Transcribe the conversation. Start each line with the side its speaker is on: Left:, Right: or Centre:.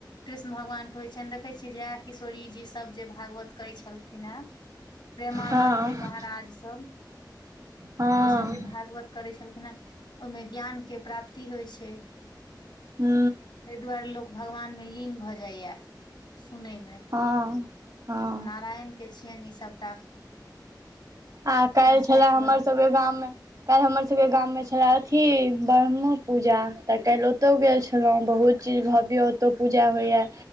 Left: कृष्ण भगवानके होइ छैन, देखै छियै जया किशोरी जी सभ। तब जे भागवत कहै छलखिन हऽ प्रेमानद
Right: हँ
Left: जी महाराज सब
Right: हँ
Left: ओ सभ जे भागवत। करै छलखिन हे ओहि मे ज्ञानके प्राप्ति होई छै।
Right: हू।
Left: ताहि दुआरे लोक भगवान मे लीन भए जायया सुनय मे।
Right: हा, हा।
Left: नारायणके छियनि ई सभटा।
Right: आ काल्हि छले
Left: छथि
Right: हमर
Left: उएह
Right: सभके गाम मे। काल्हि हमर सभके गाम मे छेलेह अथि ब्रह्म पूजा तऽ काल्हि ओतो गेल छलो बहुत। जे भव्य ओत पूजा होइया।